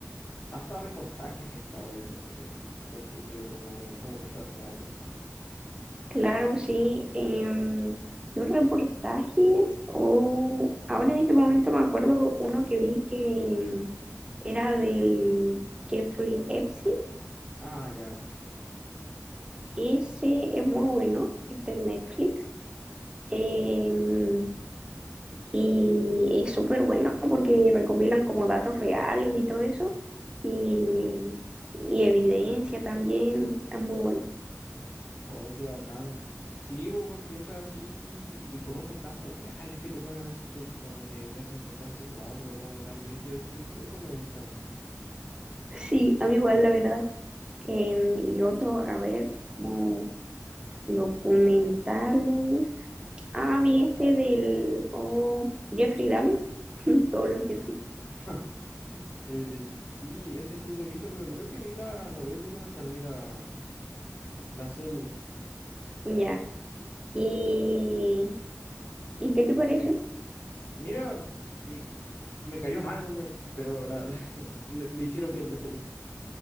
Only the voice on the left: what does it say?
hasta reportajes he estado viendo, fíjate, porque quiero como ver como cosas reales así.
Ah, ya.
Oh, qué bacán. Sí, bo, porque es así, y como esos casos reales que te ponen así, que es como que te hacen pensar así como, oh, pero como tan brígidos y eso me gustan.
<laughs> Eh, eh, sí, ese sí lo he visto, pero creo que vi la, no vi el documental, vi la, la serie.
Mira, y me cayó mal el weón, pero la, <laughs> la- le le hicieron bien la serie.